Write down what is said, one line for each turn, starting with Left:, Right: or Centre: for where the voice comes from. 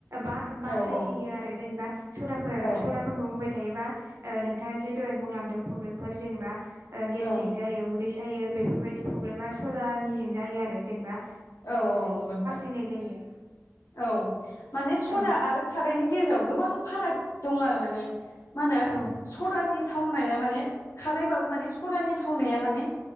Right: बा बासायो
Left: ओं
Right: आरो जेनेबा सदाफोर
Left: औ
Right: सदा फोरखौ होबाय थायोबा ओ नोंथांङा जे दहाय बुंलांदों प्रब्लेमफोर जेनेबा ओ गेस्टिक
Left: ओं
Right: जायो उदै सायो बेफोरबायदि प्रब्लेमा सदानिजों जायो आरो जेनेबा
Left: औ औ नंगौ नोंथां।
Right: हैनाय जायो।
Left: औ माने सदा
Right: ओं
Left: आरो खारैनि गेजेराव गोबां फाराग दं आरो माने। मा होनो
Right: औ
Left: सदानि थावनाया माने खारैबाबो माने सदानि थावनाया माने